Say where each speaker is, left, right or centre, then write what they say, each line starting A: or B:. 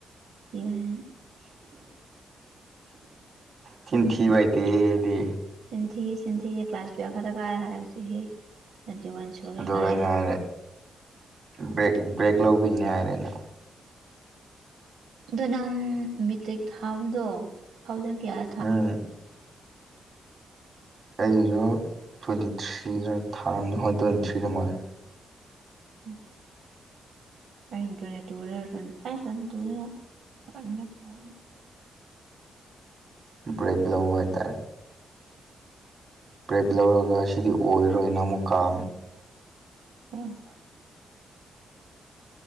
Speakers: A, on the right; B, on the right.
A: ꯊꯤꯕꯅꯤ
B: ꯆꯤꯟꯊꯤꯕꯥꯏ ꯗꯦ ꯗꯦ
A: ꯇꯤꯟꯊꯤ ꯆꯤꯟꯊꯤ ꯀ꯭ꯂꯥꯁ ꯇꯨꯋꯜꯕ ꯈꯔ ꯀꯥꯔ ꯍꯥꯏꯔꯁꯤ ꯇ꯭ꯋꯦꯟꯇꯤ ꯋꯥꯟ ꯁꯨꯔꯦ
B: ꯑꯗꯨ
A: ꯀꯥꯏꯅ
B: ꯑꯩꯅ ꯍꯥꯏꯔꯦ ꯕ꯭ꯔꯦꯛ ꯕ꯭ꯔꯦꯛ ꯂꯧꯕꯤꯅꯦ ꯍꯥꯏꯔꯦ ꯑꯩꯅ
A: ꯑꯗꯣ ꯅꯪ ꯃꯦꯇ꯭ꯔꯤꯛ ꯊꯥꯕꯗꯣ ꯐꯥꯎꯖꯟ ꯀꯌꯥ
B: <unintelligible> ꯀꯗꯣ ꯇ꯭ꯋꯦꯟꯇꯤ ꯊ꯭ꯔꯤꯗ ꯊꯥꯔꯝꯅꯤ ꯍꯣꯏ ꯇ꯭ꯋꯦꯟꯇꯤ ꯊ꯭ꯔꯤꯗ ꯃꯥꯜꯂꯦ
A: <unintelligible> <unintelligible>
B: ꯕ꯭ꯔꯦꯛ ꯂꯧꯕ ꯍꯥꯏꯇꯥꯔꯦ ꯕꯦꯔꯛ ꯂꯧꯔꯒ ꯁꯤꯗꯤ ꯑꯣꯏꯔꯣꯏꯅ ꯑꯃꯨꯛ ꯀꯥꯝꯃꯦ
A: <unintelligible>